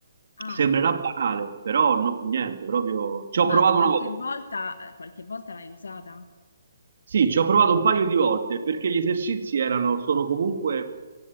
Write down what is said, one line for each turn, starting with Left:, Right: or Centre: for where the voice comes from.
Left: ah.
Right: Sembrerà banale, però no, niente, proprio ci ho
Left: ma
Right: provato
Left: qualche
Right: una volta.
Left: volta, eh, qualche volta l'hai usata?
Right: Sì, ci ho provato un paio di volte perché gli esercizi erano, sono comunque